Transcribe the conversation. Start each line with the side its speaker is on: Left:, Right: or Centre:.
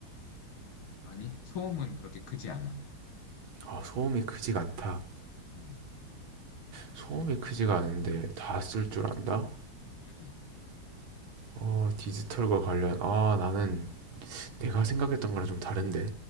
Left: 아니, 소음은 그렇게 크지 않아.
Right: 아, 소음이 크지가 않다.
Left: 음,
Right: 소음이 크지가 않은데 다 쓸 줄 안다?
Left: 음.
Right: 어, 디지털과 관련, 아, 나는 내가 생각했던 거랑 좀 다른데.